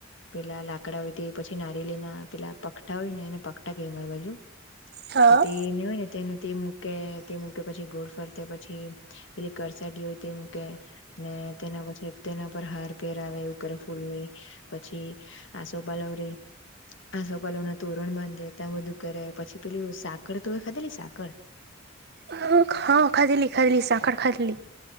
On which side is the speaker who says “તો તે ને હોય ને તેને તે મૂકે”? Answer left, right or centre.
Left